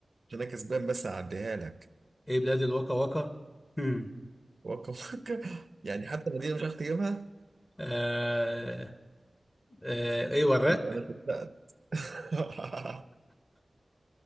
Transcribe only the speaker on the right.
عشان انا كسبان بس اعديها لك
وكا وكا يعني حتى مدينة مش عارف تجيبها
انا صدقت <laughs>